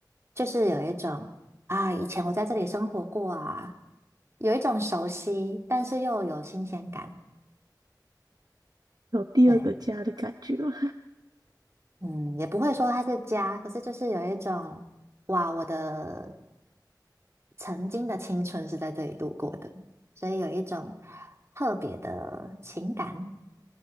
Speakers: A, on the right; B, on the right.
A: 就是有一种啊，以前我在这里生活过啊，有一种熟悉，但是又有新鲜感。
B: 有第二个家的感觉了。
A: 对。嗯，也不会说它是家，可是就是有一种，哇，我的曾经的青春是在这里度过的，所以有一种特别的情感